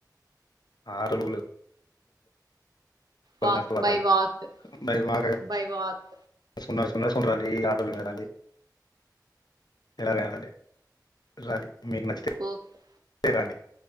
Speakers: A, on the left; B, on the right.
A: ఆరు నూలు <unintelligible>
B: వాక్ బై వాక్
A: మ మా
B: బై వాక్
A: సున్నారు సున్నారు సన్నరాలి ఆటోలు వెళ్రాలి ఎలాగ వెళాలి రాలి మీకు నష్ట
B: ఓకే
A: సర అండి